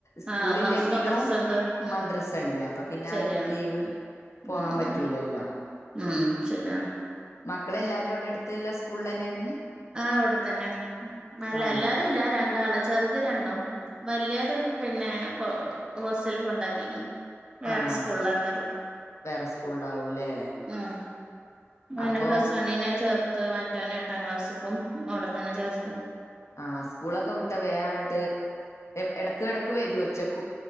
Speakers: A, on the left; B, on the right.
A: സ്കൂളില്ലെങ്കിലും
B: ആഹ് മാസ് മദ്രസണ്ട് ഉം
A: മദ്രസല്ലേ അപ്പൊ പിന്നെ
B: ശരിയാണ്
A: ആ ലീവ് പോകാൻ
B: ഉം
A: പറ്റൂലല്ലോ
B: ഉം ഉം ശരിയാണ്
A: മക്കളെല്ലാരും അവിടട്ത്ത്ല്ല സ്കൂളില് തെന്നാണാ
B: ആ അവടെത്തന്നെ അല്ല
A: ആഹ്
B: എല്ലാരും ഇല്ല രണ്ടാള് ചെറുത് രണ്ടോ വല്ല്യൊരു പിന്നെ ഹോ ഹോസ്റ്റൽ ല് കൊണ്ടാക്കിക്കണ് വേറെ
A: ആഹ്
B: സ്കൂളിലാണ് അവര്
A: വേറെ സ്കൂളിലാവൂല്ലേ
B: ഉം മോനെ
A: അപ്പം
B: പ്ലസ് വണ്ണിന് ചേർത്ത് മറ്റവ ഏട്ടാം ക്ലാസ്സ്ക്കും അവിടെത്തന്നെ ചേർത്തു
A: ആ സ്കൂളൊക്കെ വിട്ട വേങ്ങോട്ട് എടക്ക് എടക്ക് എടക്ക് വരും ഉച്ചക്ക്